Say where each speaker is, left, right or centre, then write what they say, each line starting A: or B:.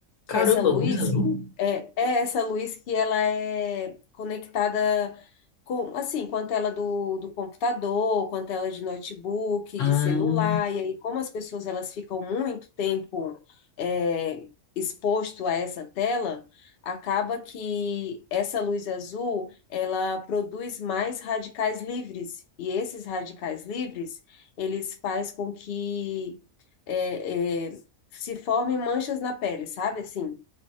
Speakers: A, on the left (about 75°); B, on the left (about 55°).
A: Caramba,
B: essa luz
A: luz azul?
B: é, é essa luz que ela é conectada com, assim, com a tela do, do computador, com a tela de notebook,
A: Ah,
B: de celular, e aí como as pessoas elas ficam muito tempo é, exposto a essa tela, acaba que essa luz azul, ela produz mais radicais livres, e esses radicais livres, eles faz com que é, é, se formem manchas na pele, sabe assim?